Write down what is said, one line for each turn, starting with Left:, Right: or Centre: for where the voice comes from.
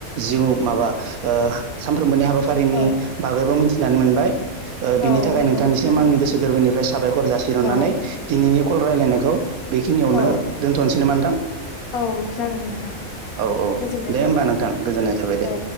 Right: जिउ माबा ओ सानफ्रोमबोनि हाबा। फारिनि
Left: औ
Right: बागैबो मिथिनानै मोनबाय बिनि
Left: औ
Right: थाखाय
Left: नंगौ
Right: नोंथांनिसिम
Left: नोंथां
Right: आंनि गोसो गोरबोनिफ्राय साबायखर जासिहरनानै
Left: औ
Right: दिनैनि कल रायलायनायखौ बेखिनियावनो
Left: औ
Right: दोन्थ'सैनो नोंथां।
Left: औ जागोन नोंथां
Right: औ-औ
Left: गोजोननाय
Right: दे
Left: थाबाय
Right: होमबा नोंथां गोजोननाय थाबाय दे
Left: औ